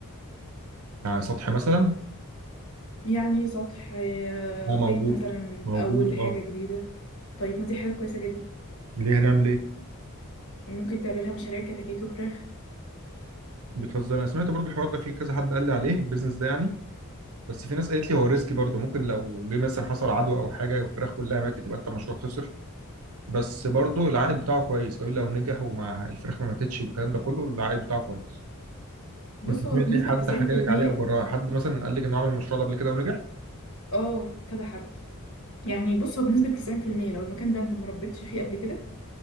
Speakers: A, on the right; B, on the left.
A: على سطح مثلا
B: يعني سطح آه،
A: اه
B: بيت
A: موجود
B: مثلا
A: موجود
B: أول حاجة
A: اه
B: جديدة طيب ما دي حاجة كويسة جدا
A: ليه هنعمل ايه
B: ممكن تعملها مشاريع كتاكيت وفراخ
A: بتهزر انا سمعت برضو الحوار ده في كذا حد قال لي عليه البيزنس ده يعني بس في ناس قالت لي هو ريسكي برضو ممكن لو جه مثلا حصل عدوى او حاجه والفراخ كلها ماتت يبقى انت المشروع خسر بس برضو العائد بتاعه كويس قوي لو نجح وما الفراخ ما ماتتش والكلام ده كله العائد بتاعه كويس
B: بص
A: انت سمعت
B: هو بنسبة
A: إيه؟ حد
B: 90%
A: حكى لك عليه او جربها حد مثلا قال لك انه عمل المشروع ده قبل كده ونجح
B: اه كذا حد يعني بص هو بنسبة 90% لو المكان ده انت مربيتش فيه قبل كده